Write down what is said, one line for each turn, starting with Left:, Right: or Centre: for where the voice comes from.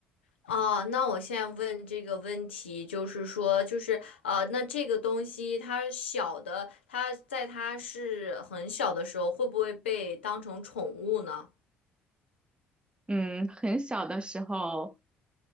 Left: 啊，那我现在问这个问题，就是说，就是呃，那这个东西它小的，它在它是很小的时候，会不会被当成宠物呢？
Right: 嗯，很小的时候